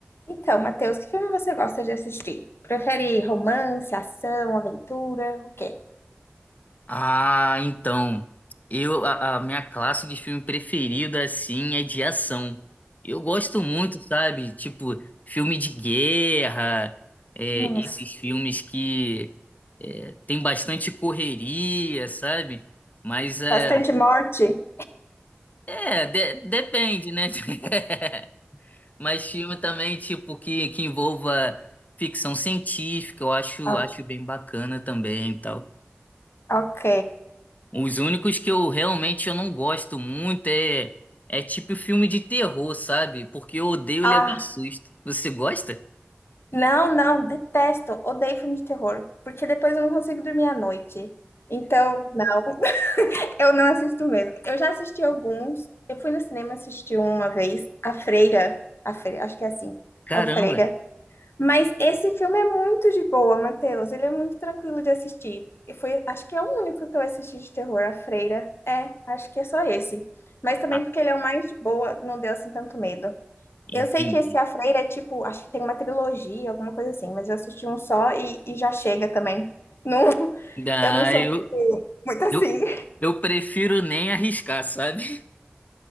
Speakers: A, on the left; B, on the left.
A: Então, Matheus, que filme você gosta de assistir? Prefere romance, ação, aventura? O quê?
B: Ah, então. Eu, a, a minha classe de filme preferida, assim, é de ação. Eu gosto muito, sabe? Tipo, filme de guerra, é,
A: Nossa,
B: esses filmes que é, tem bastante correria, sabe? Mas é,
A: bastante morte?
B: é de- depende, né? <laughs> Mas filme também, tipo, que, que envolva ficção científica, eu acho,
A: O-
B: acho bem bacana também e tal.
A: ok.
B: Os únicos que eu realmente eu não gosto muito é é tipo filme de terror, sabe? Porque eu odeio
A: Ah,
B: levar susto. Você gosta?
A: não, não, detesto, odeio filme de terror, porque depois eu não consigo dormir à noite. Então, não, <laughs> eu não assisto mesmo. Eu já assisti alguns. Eu fui no cinema assistir um uma vez, A Freira, a Freira, acho que é assim,
B: Caramba.
A: A Freira. Mas esse filme é muito de boa, Matheus. Ele é muito tranquilo de assistir. E foi, acho que é o único que eu assisti de terror, A Freira. É, acho que é só esse. Mas também
B: Ah,
A: porque ele é o mais de boa, não deu assim tanto medo.
B: entendi.
A: Eu sei que esse A Freira é tipo, acho que tem uma trilogia, alguma coisa assim, mas eu assisti um só e, e já chega também. Não, <laughs>
B: Ah,
A: eu não sou
B: eu,
A: muito, muito assim.
B: eu, eu prefiro nem arriscar, sabe?